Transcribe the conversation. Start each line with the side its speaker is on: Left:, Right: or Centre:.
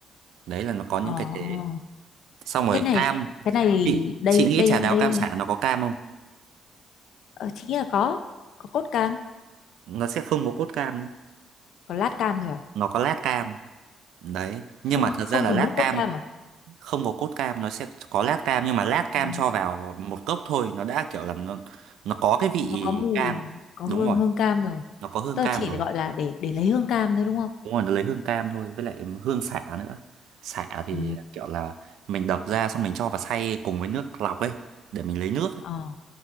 Right: đấy là nó có những
Left: Ồ,
Right: cái thế xong rồi
Left: cái này
Right: cam
Left: cái này
Right: chị
Left: đây
Right: chị nghĩ
Left: đây
Right: trà đào
Left: đây
Right: cam sả nó có cam không
Left: Ờ, chị nghĩ là có có cốt cam
Right: nó sẽ không có cốt cam nhé
Left: có lát cam thôi à
Right: nó có lát cam đấy nhưng
Left: không
Right: mà thật
Left: không
Right: ra là
Left: dùng
Right: lát
Left: nước cốt
Right: cam
Left: cam à
Right: không có cốt cam nó sẽ có lát cam nhưng mà lát cam
Left: Ừ.
Right: cho vào một cốc thôi nó đã kiểu là nó nó có cái vị
Left: nó có mùi
Right: cam
Left: có hương
Right: đúng rồi
Left: hương cam rồi
Right: nó có hương
Left: tức
Right: cam
Left: là chỉ
Right: rồi
Left: gọi là để để lấy hương cam thôi đúng không
Right: đúng rồi nó lấy hương cam thôi với lại hương xả nữa xả thì
Left: ừ.
Right: kiểu là mình đập ra xong mình cho vào xay cùng với nước lọc ấy để mình lấy nước ấy.
Left: ờ,